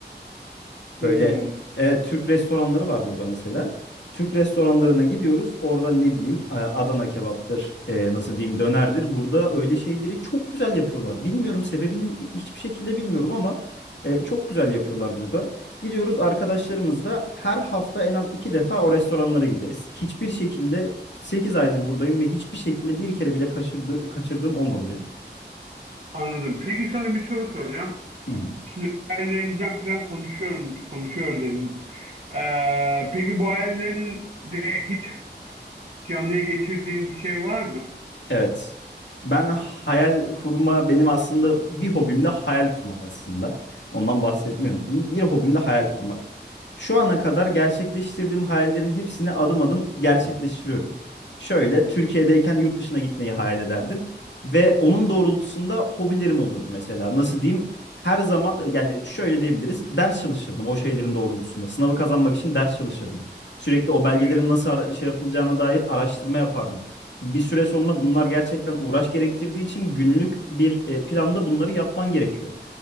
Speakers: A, on the right; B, on the left.
A: Hmm,
B: Böyle evet Türk restoranları var burada mesela. Türk restoranlarına gidiyoruz. Orada ne bileyim e, Adana kebaptır, e, nasıl diyeyim dönerdir. Burada öyle şeyleri çok güzel yapıyorlar. Bilmiyorum sebebinin hiçbir şekilde bilmiyorum ama e, çok güzel yapıyorlar burada. Gidiyoruz arkadaşlarımızla her hafta en az iki defa o restoranlara gideriz. Hiçbir şekilde 8 aydır buradayım ve hiçbir şekilde bir kere bile kaçırdı, kaçırdığım olmadı benim.
A: anladım. Peki sana bir soru soracağım.
B: Hı hı.
A: Şimdi hayallerinden falan konuşuyorum, konuşuyor dedin. Ee, peki bu hayallerinde hiç canlıya geçirdiğin bir şey var mı?
B: Evet. Ben hayal kurma benim aslında bir hobim de hayal kurmak aslında. Ondan bahsetmiyordum. Bir hobim de hayal kurmak. Şu ana kadar gerçekleştirdiğim hayallerin hepsini adım adım gerçekleştiriyorum. Şöyle Türkiye'deyken yurt dışına gitmeyi hayal ederdim ve onun doğrultusunda hobilerim olurdu mesela. Nasıl diyeyim? Her zaman yani şöyle diyebiliriz. Ders çalışırdım o şeylerin doğrultusunda. Sınavı kazanmak için ders çalışırdım. Sürekli o belgelerin
A: Evet,
B: nasıl ara- şey yapılacağına dair araştırma yapardım bir süre sonra bunlar gerçekten uğraş gerektirdiği için günlük bir e, planda bunları yapman gerekiyor.